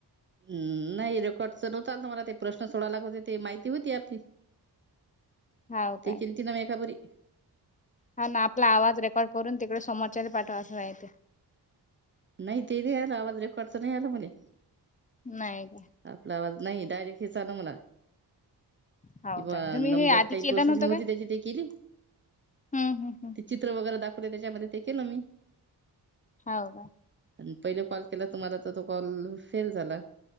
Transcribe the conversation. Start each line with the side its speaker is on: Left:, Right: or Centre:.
Right: हम्, नाही रेकॉर्डच नव्हत, आ मला ते प्रश्न सोडायला लागते ते माहिती होती आपली
Left: हाव
Right: ते
Left: काय?
Right: केलती न मी एका बरी.
Left: हा ना, आपला आवाज रेकॉर्ड करून, तिकड समोरच्याला पाठवाचंय ते.
Right: नाही, ते नाही आलं. आवाज रेकॉर्डच नाही आल, मले.
Left: नाही. काय
Right: आपला आवाज नाही, डायरेक्ट हेच आल मला.
Left: हाव
Right: किंवा
Left: काय तुम्ही
Right: नंबर
Left: हे आधी
Right: काही
Left: केलं
Right: प्रोसेसिंग
Left: नव्हतं
Right: होती.
Left: काय?
Right: त्याची ते केली.
Left: हम्म हम्म हम्म
Right: ते चित्र वगैरे दाखवले, त्याच्यामध्ये ते केलं मी.
Left: हाव काय?
Right: आणि पहिल कॉल केला तुम्हाला, तर तो कॉल फेल झाला.